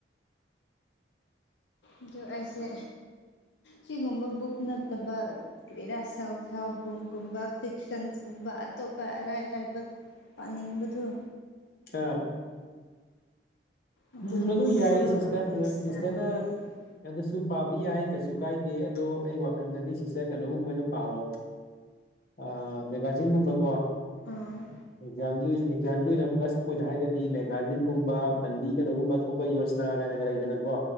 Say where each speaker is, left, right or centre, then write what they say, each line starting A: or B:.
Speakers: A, on the left (about 85°); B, on the left (about 60°).
A: ꯑꯗꯨ ꯑꯩꯁꯦ ꯁꯤꯒꯨꯝꯕ ꯕꯨꯛ ꯅꯠꯇꯕ ꯀꯔ ꯁꯒꯨꯝꯕ ꯐꯤꯛꯁꯟꯒꯨꯝꯕ ꯑꯇꯣꯞꯄꯔꯕ ꯄꯥꯅꯤꯡꯕꯗꯨꯣ
B: ꯑ
A: ꯑꯗꯨꯅꯁꯨ
B: ꯎꯝ ꯑꯗꯨ ꯌꯥꯏ ꯁꯤꯁꯇꯔ
A: ꯑꯦꯛꯁꯇ꯭ꯔꯥꯅꯤ
B: ꯑꯣ ꯁꯤꯁꯇꯔꯅ
A: ꯑꯥ
B: ꯑꯗꯨꯁꯨ ꯄꯥꯕ ꯌꯥꯏ ꯀꯩꯁꯨ ꯀꯥꯏꯗꯦ ꯑꯗꯣ ꯑꯩ ꯋꯥꯈꯜꯗꯗꯤ ꯁꯤꯁꯇꯔ ꯀꯩꯅꯣꯒꯨꯝꯕ ꯑꯣꯏꯅ ꯄꯥꯑꯣ ꯑ ꯃꯦꯒꯥꯖꯖꯤꯟꯒꯨꯝꯕꯒꯋꯥ
A: ꯎꯝ
B: ꯑꯦꯛꯖꯥꯝꯒꯤ ꯑꯣꯏꯅ ꯑꯦꯛꯖꯥꯝꯒꯤ ꯑꯣꯏꯅ ꯄ꯭ꯂꯁ ꯄꯣꯏꯟꯠ ꯍꯥꯏꯔꯒꯗꯤ ꯃꯦꯒꯥꯖꯤꯟꯒꯨꯝꯕ ꯃꯂꯤ ꯀꯩꯅꯣꯒꯨꯝꯕ ꯊꯣꯛꯄ ꯌꯣꯖꯅꯥ ꯀꯥꯏꯅꯒ ꯂꯩꯗꯅꯀꯣ